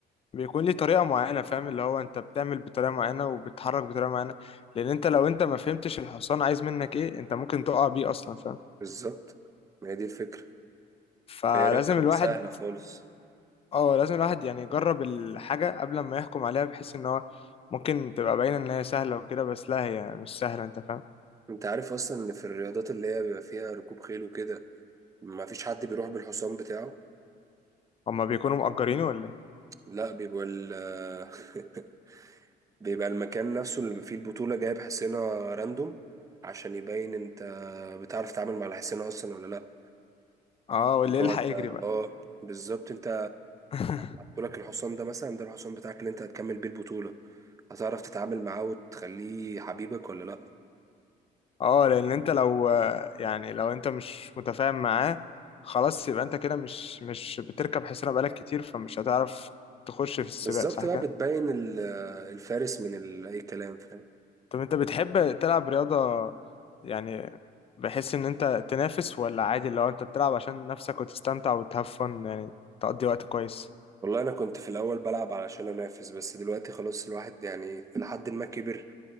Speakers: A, on the left; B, on the right.
A: بيكون ليه طريقة معينة فاهم اللي هو انت بتعمل بطريقة معينة وبتتحرك بطريقة معينة لان انت لو انت ما فهمتش الحصان عايز منك ايه انت ممكن تقع بيه اصلا فاهم
B: بالظبط ما هي دي الفكرة
A: فلازم
B: فهي رياضة
A: الواحد
B: مش سهلة خالص
A: اه لازم الواحد يعني يجرب الحاجة قبل ما يحكم عليها بحيث ان هو ممكن تبقى باينة ان هي سهلة وكده بس لا هي مش سهلة انت فاهم
B: انت عارف اصلا ان في الرياضات اللي هي بيبقى فيها ركوب خيل وكده ما فيش حد بيروح بالحصان بتاعه
A: هما بيكونوا مأجرينه ولا ايه
B: لا بيبقى ال <laughs> بيبقى المكان نفسه اللي فيه البطولة جايب حصينة راندوم عشان يبين انت بتعرف تتعامل مع الحصينة اصلا ولا لا
A: اه واللي
B: اللي
A: يلحق
B: هو انت
A: يجري
B: اه
A: بقى
B: بالظبط انت
A: <laughs>
B: حطولك الحصان ده مثلا ده الحصان بتاعك اللي انت هتكمل بيه البطولة هتعرف تتعامل معاه وتخليه حبيبك ولا لا
A: اه لان انت لو يعني لو انت مش متفاهم معاه خلاص يبقى انت كده مش مش بتركب حصانة بقالك كتير فمش هتعرف تخش في السباق
B: بالظبط
A: صح
B: بقى
A: كده
B: بتبين ال- الفارس من ال- اي كلام فاهم
A: طب انت بتحب تلعب رياضة يعني بحس ان انت تنافس ولا عادي لو انت بتلعب عشان نفسك وتستمتع وتهفن يعني تقضي وقت كويس
B: والله انا كنت في الاول بلعب علشان انافس بس دلوقتي خلاص الواحد يعني لحد ما كبر